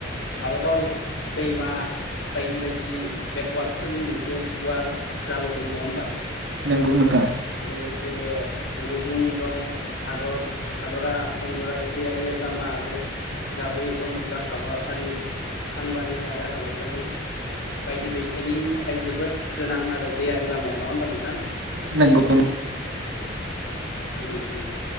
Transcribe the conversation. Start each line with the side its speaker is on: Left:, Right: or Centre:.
Left: भारताव दैमा बायदि बायदि बेकवार्डफोरनि मोनसे गुवार जालो दं नङा होमबा?
Right: नोंगौ नोंथां।
Left: लोगोसे रुगुं दं हादर हादरा अन्दरारि दैयारि लामा आरो गाबै बन्दफ्रा हाबाफारि फानबानि आरो हालसानि बायदि दैथायनि थाखाय जोबोद गोनां आरो दैयारि लामाया नङा होमबा नोंथां?
Right: नंगौ <unintelligible>
Left: उम उम